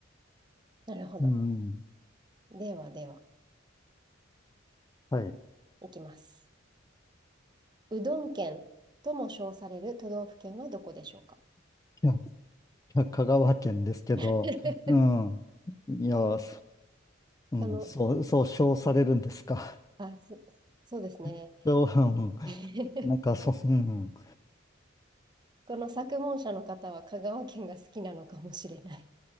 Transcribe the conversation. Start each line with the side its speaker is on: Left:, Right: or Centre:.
Right: なるほど。
Left: うん。
Right: ではでは、
Left: はい。い
Right: いきます。うどん県とも称される都道府県はどこでしょうか
Left: や、いや香川県ですけど、
Right: <laughs> こ
Left: うん。いや、そうん、
Right: の、
Left: そう、そう称されるんですか。
Right: あ、そ、そうですね。
Left: <laughs> そう、
Right: <laughs>
Left: うん。なんか、そう、うん。
Right: この作文者の方は香川県が好きなのかもしれない。